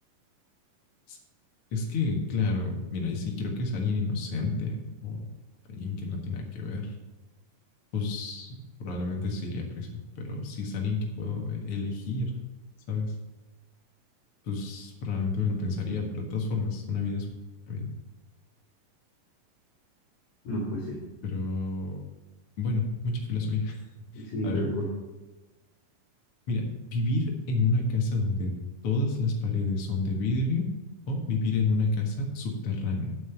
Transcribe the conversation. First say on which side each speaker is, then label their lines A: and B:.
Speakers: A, on the left; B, on the left.
A: es, es que, claro, mira, y si creo que es alguien inocente o alguien que no tiene nada que ver, pues probablemente sí iría a prisión. Pero si es alguien que puedo eh, elegir, ¿sabes? Pues probablemente me lo pensaría, pero de todas formas, una vida es una vida.
B: No, pues sí,
A: Pero bueno, mucha filosofía. <laughs>
B: sí,
A: A
B: tal
A: ver,
B: cual.
A: mira, vivir en una casa donde todas las paredes son de vidrio o vivir en una casa subterránea.